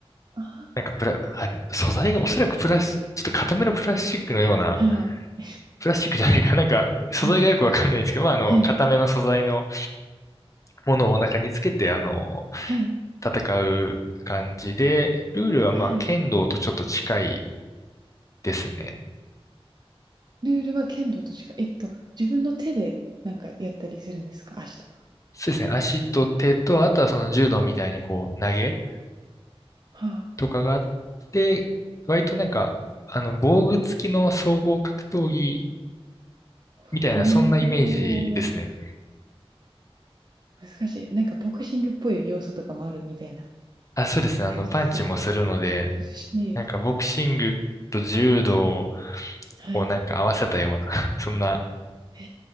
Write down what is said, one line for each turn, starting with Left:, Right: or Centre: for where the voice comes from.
Right: あ
Left: なんかプラ、あ素材がおそらくプラス、ちょっと固めのプラスチックのような、
Right: あ、はあ、
Left: プラスチックじゃないか。なんか、素材がよくわかんないんですけど、
Right: はい。
Left: まあ、あの、
Right: はい、
Left: 固めの素材のものをお腹につけて、あの、
Right: はい、
Left: 戦う感じで、ルールはまあ、
Right: はい。
Left: 剣道とちょっと近いですね。
Right: ルールは剣道としか、えっと、自分の手でなんかやったりするんですか足とか。
Left: そうですね。足と手と、あとはその柔道みたいにこう、投げ
Right: は
Left: とかがあって、割となんか、あの、防具付きの総合格闘技
Right: あ、
Left: みたいな、
Right: ほー、
Left: そんなイメージですね。
Right: 難しい。なんかボクシングっぽい要素とかもあるみたいな
Left: あ、そうですね。
Right: 感じですかね。
Left: あの、パンチもするので、
Right: 涼しい。
Left: なんかボクシングと柔道
Right: はい。
Left: をなんか合わせたような、<laughs> そんな、
Right: へ